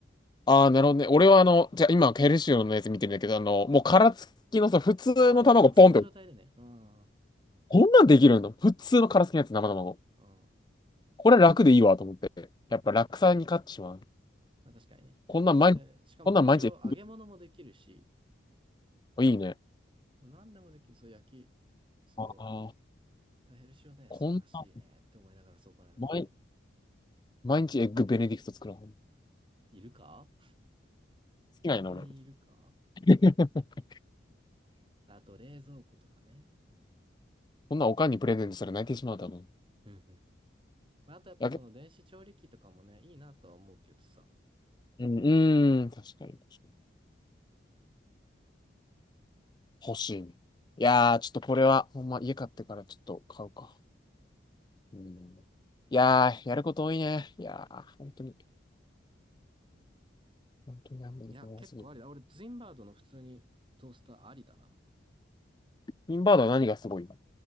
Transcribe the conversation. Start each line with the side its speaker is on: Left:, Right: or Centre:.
Left: ああ、なるほどね。俺はあの、じゃあ今、ヘルシオのやつ見てるんだけど、あの、もう殻付きのさ、普通の卵ポンって、
Right: ああ、殻付きの状態でね。うん。
Left: こんなんできるの普通の殻付きのやつ、生卵。
Right: うん。
Left: これ楽でいいわと思って。やっぱ楽さに勝ってしまう。
Right: まあ、確かにね。
Left: こんなん毎日、
Right: で、しかもヘルシオ揚げ物もできるし、
Left: こんなん毎日、あいいね。
Right: 何でもできる。そう、焼き。そ
Left: ああ、
Right: う。ヘルシオね、
Left: こんな、
Right: 素晴らしいねって思いながら、そう、この間見て。
Left: 毎、毎日エッグベネディクト作らん。好
Right: いるか本当にいるか
Left: きなんやな、俺。<laughs>
Right: あと、冷蔵庫とかね。
Left: こんなんおかんにプレゼントしたら泣いてしまう、多分。
Right: うんうん。まああとやっぱその電子調理器とかもね、
Left: やけ、
Right: いいなとは思うけどさ。
Left: うん、うーん、確かに、確かに。欲しいね。いやー、ちょっとこれは、ほんま、家買ってからちょっと買うか。うん。いやー、やること多いね。いやー、本当に、本当にあんまり多すぎる。
Right: いや、結構ありだ。俺、ツインバードの普通にトースターありだな。
Left: ツインバードは何がすごいの